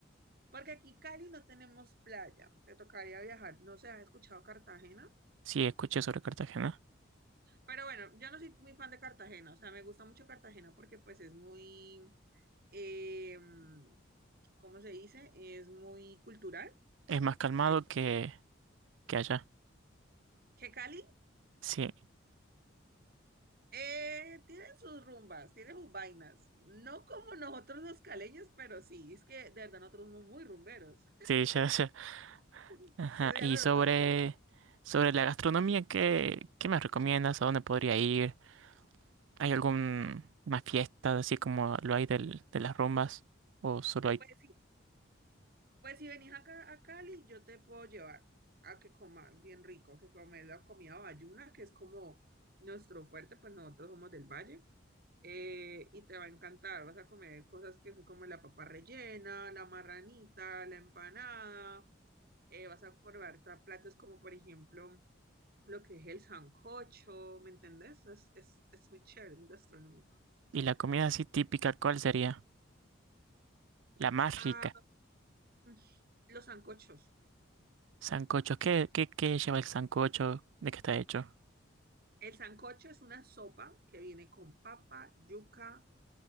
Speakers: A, on the right (about 50°); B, on the right (about 75°).
A: porque aquí Cali no tenemos playa, te tocaría viajar, no sé, ¿has escuchado Cartagena?
B: Sí, escuché sobre Cartagena.
A: Pero bueno, yo no soy muy fan de Cartagena, o sea, me gusta mucho Cartagena porque pues es muy... em, ¿cómo se dice? Es muy cultural.
B: Es más calmado
A: Entonces,
B: que, que allá.
A: que Cali
B: Sí,
A: eh, tiene sus rumbas, tiene sus vainas. No como nosotros los caleños, pero sí, es que de verdad nosotros somos muy rumberos.
B: sí, <laughs> ya, ya.
A: <laughs>
B: Ajá.
A: Eso ya
B: Y
A: lo
B: sobre,
A: notaste, ¿no?
B: sobre la gastronomía, ¿qué, qué me recomiendas? ¿A dónde podría ir? ¿Hay alguna fiesta así como lo hay del, de las rumbas? ¿O solo hay...
A: Pues Pues si venís acá a Cali, yo te puedo llevar a que comas bien rico, que comes la comida bayuna, que es como nuestro fuerte, pues nosotros somos del valle. eh, y te va a encantar, vas a comer cosas que son como la papa rellena, la marranita, la empanada. eh, vas a probar ta- platos como, por ejemplo, lo que es el sancocho, ¿me entendés? Es, es, es muy chévere, muy gastronómico.
B: Y la comida así típica, ¿cuál sería? La más
A: Ah,
B: rica.
A: mm, los sancochos.
B: Sancocho. ¿Qué, qué, qué lleva el sancocho? ¿De qué está hecho?
A: El sancocho es una sopa que viene con papa, yuca,